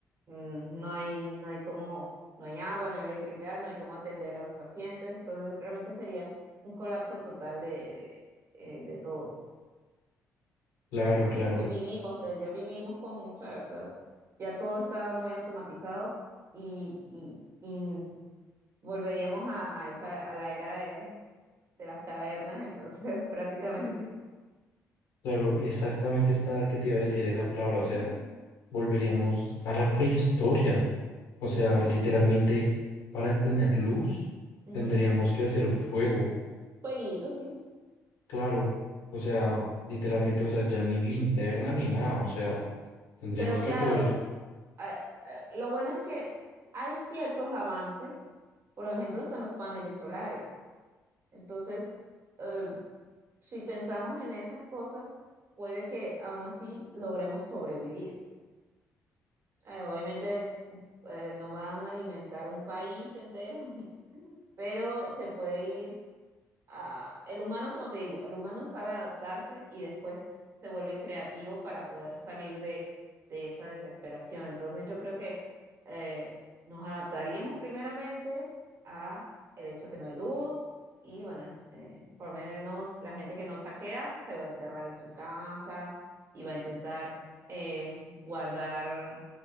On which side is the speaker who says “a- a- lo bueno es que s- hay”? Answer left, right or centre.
Right